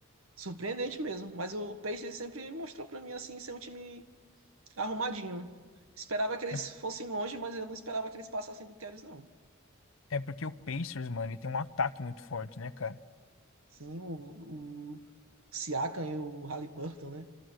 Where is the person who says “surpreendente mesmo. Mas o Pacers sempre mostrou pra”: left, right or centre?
Right